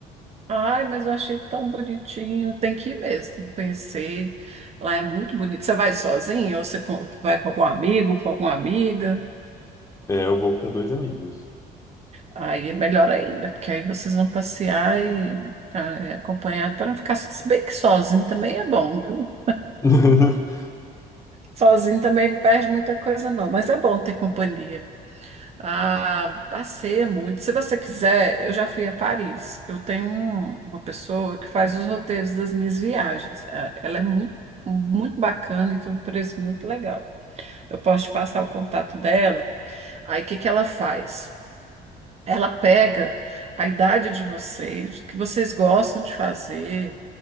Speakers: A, on the right; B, on the left.
A: Ai, mas eu achei tão bonitinho. Tem que ir mesmo, tem que conhecer. Lá é muito bonito. Você vai sozinho ou você com- vai com algum amigo, com alguma amiga?
B: É, eu vou com dois amigos.
A: Aí é melhor ainda, porque aí vocês vão passear e ah, é, acompanhado para não ficar so- se bem que sozinho também é bom, viu?
B: <laughs>
A: Sozinho também não perde muita coisa, não, mas é bom ter companhia. Ah, passeia muito. Se você quiser, eu já fui a Paris. Eu tenho um- uma pessoa que faz os roteiros das minhas viagens. Ah, Ela é muito, muito bacana e tem um preço muito legal. Eu posso te passar o contato dela. Aí o que que ela faz? Ela pega a idade de vocês, o que vocês gostam de fazer,